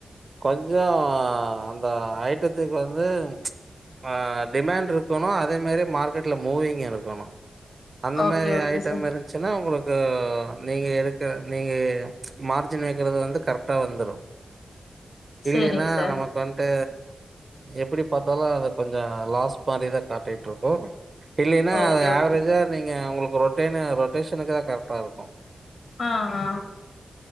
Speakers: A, on the right; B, on the left.
A: கொஞ்சோ அந்த ஐட்டத்துக்கு வந்து அ டிமேண்ட்ருக்கணு அதே மாரி மார்க்கெட்ல மூவிங்க் இனுக்கணு அந்த
B: ஓகே
A: மாரி
B: ஓகே
A: ஐட்டம்
B: சார்
A: இருந்ச்சுனா உங்களுக்கு நீங்க எடுக்ற நீங்க மார்ஜின் வக்கறது வந்து கரெக்டா வந்துரு இல்லனா
B: சரிங்க சார்
A: நமக் இப்ப வன்ட்டு எப்படி பாத்தாலு அது கொஞ்சோ லாஸ் மாரிதா காட்டிட்ருக்கு இல்லனா
B: ஓகே
A: அது
B: ஓகே
A: ஆவரேஜா
B: சார்
A: நீங்க உங்களுக்கு ரொட்டேனு ரொட்டேஷனுக்கு தா கரெக்ட்டா இருக்கு
B: ஆ ஆ